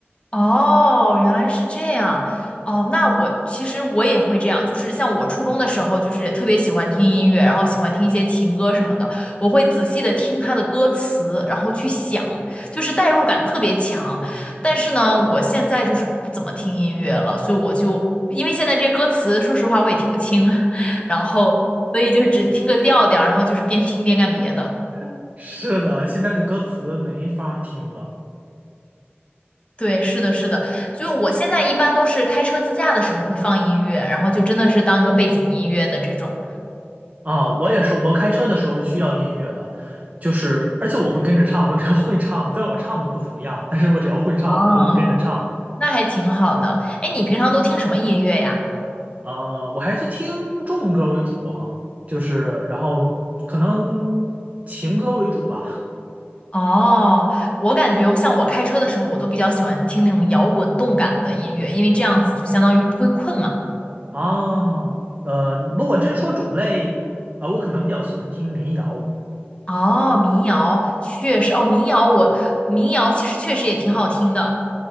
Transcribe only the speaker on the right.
<laughs> 是的，现在的歌词没法听了。
啊，我也是，我开车的时候是需要音乐的，就是而且我会跟着唱，我只要会唱，虽然我唱的不怎么样，但是我只要会唱，
我就会跟着唱。
呃，我还是听中文歌为主哈，就是然后可能情歌为主吧。
啊，呃，如果真说种类，啊，我可能比较喜欢听民谣